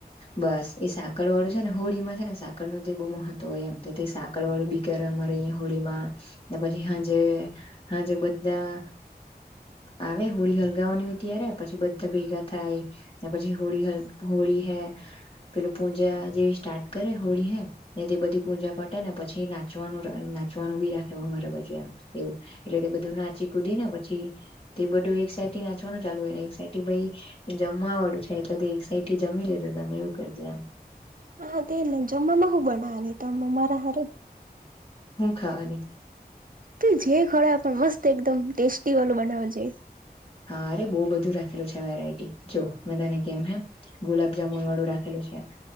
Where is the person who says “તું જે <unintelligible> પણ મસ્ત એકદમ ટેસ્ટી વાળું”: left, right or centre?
Right